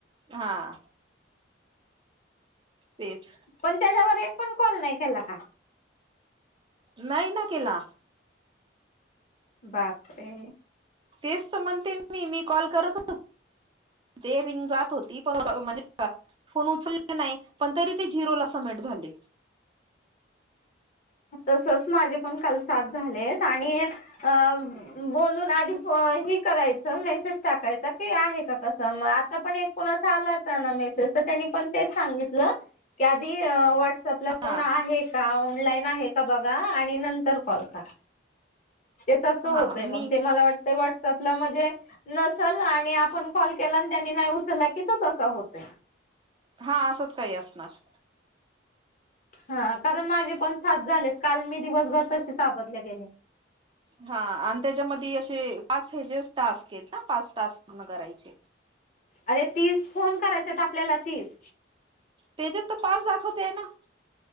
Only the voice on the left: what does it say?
पण त्याच्यावर एक पण कॉल नाही केला का
बापरे
तसच माझे पण काल सात झालेत आणि अह बोलून आधी फ हे करायचं मेसेज टाकायचा की आहे का कसं मग आता पण एक कोणाचा आला त्यांना मेसेज तर त्यांनी पण तेच सांगितल की आधी अह व्हॉट्सॲप म्हटलं
कोण आहे का ऑनलाईन आहे का बघा आणि नंतर कॉल करा ते तसं होतंय
मग ते मला वाटतं वाट व्हॉट्सअँप म्हणजे नसल आणि आपण कॉल केला आणि त्यांनी नाही उचलला की तो तसा होतोय.
हा कारण माझे पण साया झालेत काल मी दिवसभर तसेच आबादले गेले
अरे तीस फोन करायच्यात आपल्याला तीस.